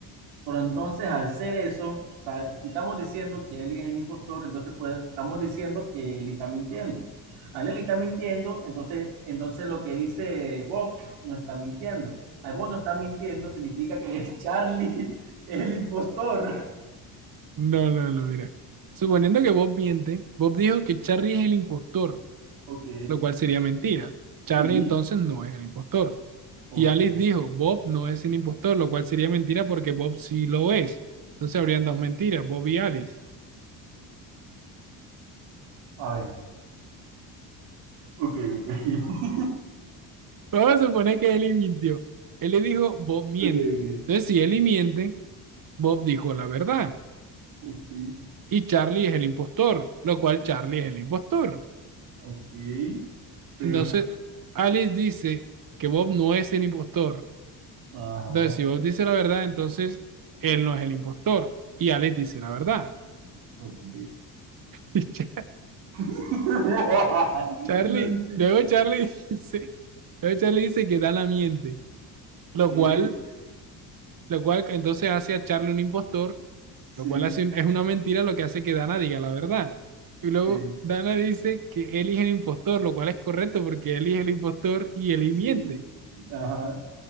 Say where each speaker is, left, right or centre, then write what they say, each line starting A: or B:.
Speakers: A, on the right; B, on the right.
A: Pero entonces, al ser eso, sa- si estamos diciendo que Eli es el impostor, entonces pues, estamos diciendo que Eli está mintiendo. Al Eli está mintiendo, entonces, entonces lo que dice Bob no está mintiendo. Al Bob no está mintiendo significa que es Charlie <laughs> el impostor.
B: No, no, no, mira. Suponiendo que Bob miente, Bob dijo que Charlie es el impostor,
A: Ok,
B: lo cual sería mentira. Charlie
A: sí,
B: entonces no es el impostor.
A: ok.
B: Y Alice dijo, Bob no es el impostor, lo cual sería mentira porque Bob sí lo es. Entonces habrían dos mentiras, Bob y Alice.
A: A ver, ok, ok. <laughs>
B: Vamos a suponer que Eli mintió. Él le dijo, Bob miente.
A: Ok, ok,
B: Entonces, si Eli miente, Bob dijo la verdad.
A: ok,
B: Y Charlie es el impostor, lo cual Charlie es el impostor.
A: ok. Pero,
B: Entonces, Alice dice que Bob no es el impostor.
A: ajá,
B: Entonces, si Bob dice la verdad, entonces él no es el impostor. Y Alice dice la verdad. <laughs>
A: ok.
B: Y Char-
A: <laughs>
B: Charlie,
A: Nanti.
B: luego Charlie <laughs> dice, luego Charlie dice que Dana miente, lo
A: ok,
B: cual, lo cual entonces hace a Charlie un impostor
A: Sí,
B: lo cual hace un- es una mentira lo que hace que Dana diga la verdad. Y luego
A: sí,
B: Dana dice que Eli es el impostor, lo cual es correcto porque Eli es el impostor y Eli
A: sí.
B: miente.
A: Ajá.